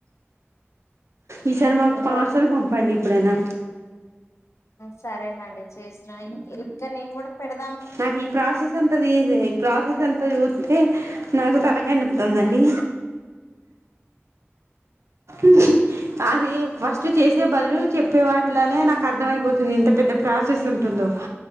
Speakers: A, on the right (about 80°); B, on the left (about 80°).
A: ఈసారి మాకు పార్సల్
B: రో
A: పంపండి ఎప్పుడైనా
B: సరేనండి చేసిన ఇం ఇంకా నేను కూడా పెడత
A: నాకు ఈ ప్రాసెస్ అంతది ఈజ ఈ ప్రాసెస్ ఎంత చూస్తే నాకు తలకెండ మత్తందండి <inaudible> అది ఫస్ట్ చేసే బదులు చెప్పే వాటిలనే నాకు అర్థమైపోతుంది ఇంత పెద్ద ప్రాసెస్ ఉంటుందో